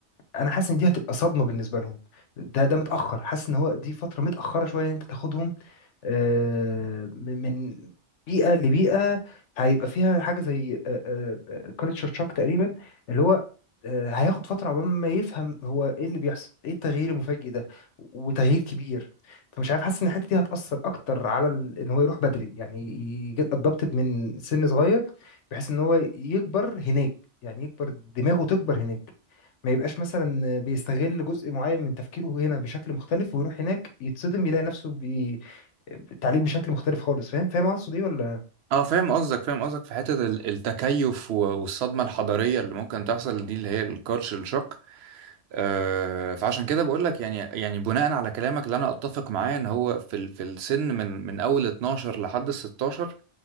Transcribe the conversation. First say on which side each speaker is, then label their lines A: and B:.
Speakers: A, on the left (about 75°); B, on the right (about 65°).
A: انا حاسس ان دي هتبقى صدمه بالنسبه لهم ده ده متاخر حاسس ان هو دي فتره متاخره شويه ان انت تاخدهم آه، من من بيئة لبيئة هيبقى فيها حاجة زي كالتشر شوك تقريبا اللي هو آه، هياخد فترة عقبال ما يفهم هو ايه اللي بيحصل ايه التغيير المفاجئ ده وتغيير كبير فمش عارف حاسس ان الحتة دي هتأثر اكتر على ال- ان هو يروح بدري يعني يجيت ادابتد من سن صغير بحيث ان هو يكبر هناك يعني يكبر دماغه تكبر هناك ما يبقاش مثلا بيستغل جزء معين من تفكيره هنا بشكل مختلف ويروح هناك يتصدم يلاقي نفسه بي... التعليم بشكل مختلف خالص فاهم فاهم قصدي ولا
B: اه فاهم قصدك فاهم قصدك في حته ال- التكيف و- والصدمه الحضاريه اللي ممكن تحصل دي اللي هي الكالتشر شوك آه فعشان كده بقول لك يعني يعني بناء على كلامك اللي انا اتفق معاه ان هو في ال- في السن من من اول 12 لحد 16